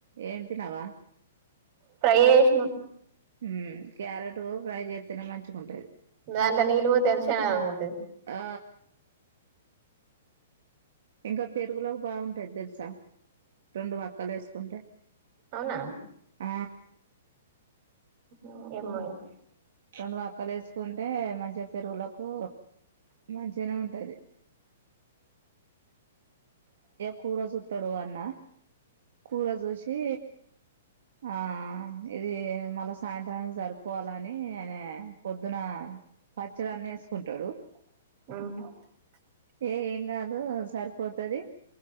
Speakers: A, on the right; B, on the right.
A: ఏంపినావా
B: ఫ్రై ఏసినం
A: హ్మ్ క్యారెట్ ఫ్రై చేస్తేనే మంచిగా ఉంటది
B: దాంట్ల నీళ్లు వోతే ఎంత చండాలంగా ఉంటది
A: ఆ ఇంకా పెరుగులోకి బాగుంటాది తెలుసా రెండు వక్కలు వేసుకుంటే
B: అవునా
A: ఆ
B: ఉమ్ ఏం <inaudible>
A: రెండు మక్కలు వేసుకుంటే మంచిగా పెరుగులకు మంచిగానే ఉంటది కూర చూస్తాడు అన్న కూర చూసి ఆ ఇది మళ్ళా సాయంత్రానికి సరిపోవాలని ఆన పొద్దున పచ్చడి అన్ని వేసుకుంటాడు
B: ఉమ్
A: ఏ ఏం కాదు సరి పోతది